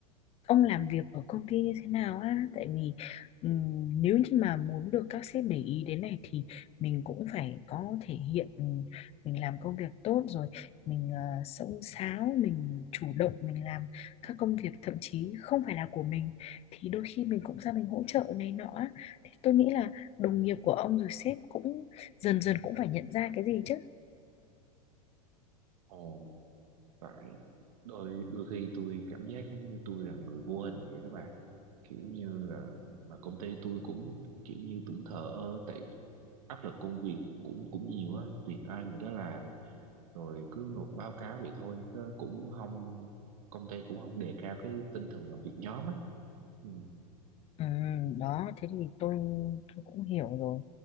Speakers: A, on the left; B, on the right.
A: ông làm việc ở công ty như thế nào á tại vì ừm, nếu như mà muốn được các sếp để ý đến này thì mình cũng phải có thể hiện ừm, mình làm công việc tốt rồi mình uh, xông xáo mình chủ động mình làm các công việc thậm chí không phải là của mình thì đôi khi mình cũng ra mình hỗ trợ này nọ á. Thì tôi nghĩ là đồng nghiệp của ông rồi sếp cũng dần dần cũng phải nhận ra cái gì chứ
B: ồ tại đôi đôi khi tôi cảm giác giống như tôi là người vô hình vậy đó bà kiểu như là mà công ty tôi cũng kiểu như cũng thờ ơ tại áp lực công việc cũng cũng nhiều á việc ai người đó làm rồi cứ nộp báo cáo vậy thôi chứ cũng không công ty cũng không đề cao cái tinh thần làm việc nhóm á ừ,
A: Ừ, đó thế thì tôi, tôi cũng hiểu rồi